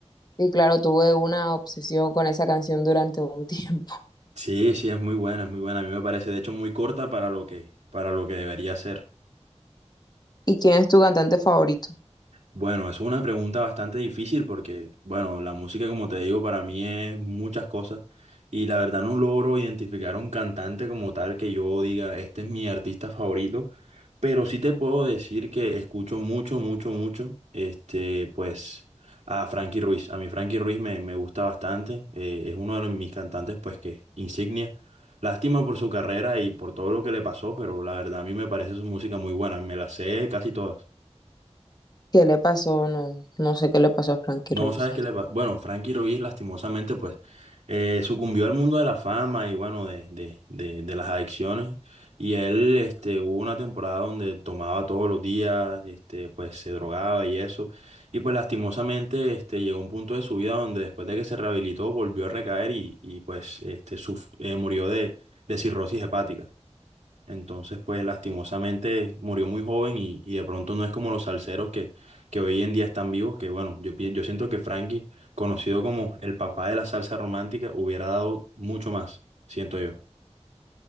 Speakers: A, on the left (about 35°); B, on the right (about 75°).
A: Y claro, tuve una obsesión con esa canción durante un <laughs> tiempo.
B: Sí, sí, es muy buena, es muy buena, a mí me parece de hecho muy corta para lo que, para lo que debería ser.
A: ¿Y quién es tu cantante favorito?
B: Bueno, es una pregunta bastante difícil porque, bueno, la música, como te digo, para mí es muchas cosas y la verdad no logro identificar un cantante como tal que yo diga, este es mi artista favorito, pero sí te puedo decir que escucho mucho, mucho, mucho, este, pues, a Frankie Ruiz. A mí Frankie Ruiz me, me gusta bastante, eh, es uno de los- mis cantantes, pues, que insignia. Lástima por su carrera y por todo lo que le pasó, pero la verdad a mí me parece su música muy buena, me la sé casi todas.
A: ¿Qué le pasó? No, no sé qué le pasó a Frankie
B: No
A: Ruiz.
B: sabes qué le pasa. Bueno, Frankie Ruiz lastimosamente pues eh, sucumbió al mundo de la fama y bueno, de, de, de, de las adicciones. Y él este, hubo una temporada donde tomaba todos los días, este, pues se drogaba y eso. Y pues lastimosamente este, llegó a un punto de su vida donde después de que se rehabilitó volvió a recaer y, y pues este, suf- eh, murió de, de cirrosis hepática. Entonces, pues lastimosamente murió muy joven y, y de pronto no es como los salseros que, que hoy en día están vivos, que bueno, yo, pi- yo siento que Frankie, conocido como el papá de la salsa romántica, hubiera dado mucho más, siento yo.